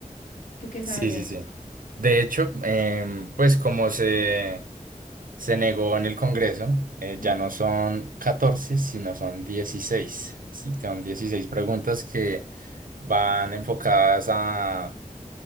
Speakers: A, on the left; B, on the right.
A: ¿Tú qué
B: Sí,
A: sabes de
B: sí,
A: eso?
B: sí. De hecho, em, pues como se, se negó en el Congreso, eh,
A: Ujú.
B: ya no son 14 sino son 16. Sí, son 16 preguntas que van enfocadas a,